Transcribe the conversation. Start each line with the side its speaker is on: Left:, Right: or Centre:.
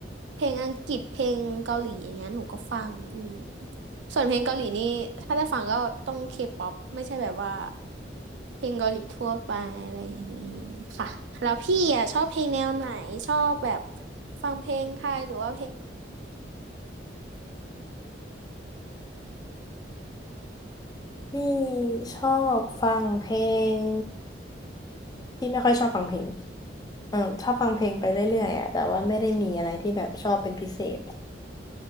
Right: เพลงอังกฤษเพลงเกาหลีอย่างเงี้ยหนูก็ฟังอืมส่วนเพลงเกาหลีนี่ถ้าได้ฟังก็ต้องเคป๊อปไม่ใช่แบบว่า เพลงเกาหลีทั่วไปอะไรอย่างนี้ค่ะแล้วพี่อ่ะชอบเพลงแนวไหนชอบแบบฟังเพลงไทยหรือว่า
Left: พี่ชอบฟังเพลงพี่ไม่ค่อยชอบฟังเพลงเออชอบฟังเพลงไปเรื่อยๆอ่ะแต่ว่าไม่ได้มีอะไรที่แบบชอบเป็นพิเศษ